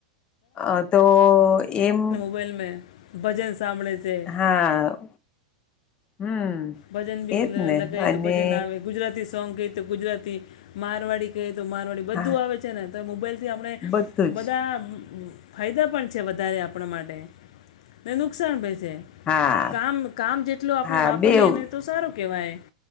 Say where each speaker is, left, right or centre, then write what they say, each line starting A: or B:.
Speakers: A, on the left (about 30°); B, on the left (about 65°).
A: અ તો એમ.
B: મોબાઈલમે ભજન સાંભળે છે.
A: હા હમ.
B: ભજન ભી
A: એજ
B: લે
A: ને
B: લગે
A: અને
B: તો ભજન આવે. ગુજરાતી સોંગ કહી તો ગુજરાતી મારવાડી કહે તો મારવાડી. બધું
A: હા
B: આવે છે ને તો મોબાઈલથી આપણે
A: બધું
B: બધા
A: જ
B: ફાયદા પણ છે વધારે આપણા માટે ને નુકસાન પણ છે.
A: હા
B: કામ કામ જેટલો આપણેે
A: હા
B: વાપરીયએને
A: બેવ
B: તો સારું કેવાય.